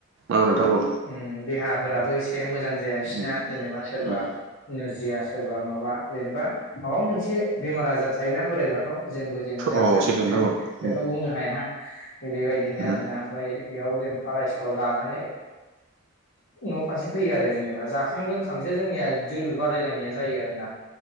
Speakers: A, on the right; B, on the left.
A: औ नोंथां औ
B: उम देहा राबो एसे ए मोजां जाया बिसिना
A: उम
B: जेनेबा सोरबा
A: उम
B: नु जाया सोरबा माबा जेनेबा माबा मोनसे बेमार आजार थायोना बोरायबाथ जोंबो देनां जागोन
A: औ
B: दे
A: सैथो नोंथां औ उम
B: बेखौ बुंनो हाया बेबायदिनो
A: उम
B: आरो ना ओमफाय बेयाव जों फराय औ लानानै न फारसे फैयो आरो जेनेबा जाखां लोंखांसो जोंनिया जोलुर बादायलायनाया जायो आरो ना